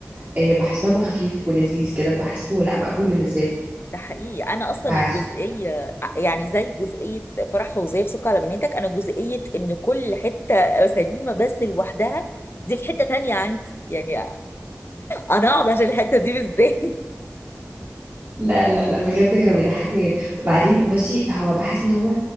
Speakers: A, on the right; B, on the left.
A: آه، بحس دمه خفيف ولذيذ كده بحسه لا مقبول بالنسبه لي
B: ده حقيقي انا اصلا
A: فعشان-
B: الجزئيه يعني زي جزئيه فرح فوزيه في سكر على بناتك انا جزئيه ان كل حته سليمه بس لوحدها دي في حته تانية عندي يعني انا اقعد عشان الحته دي ازاي <laughs>
A: لا لا لا بجد كانوا بيضحكني جدا وبعدين بصي هو بحس ان هو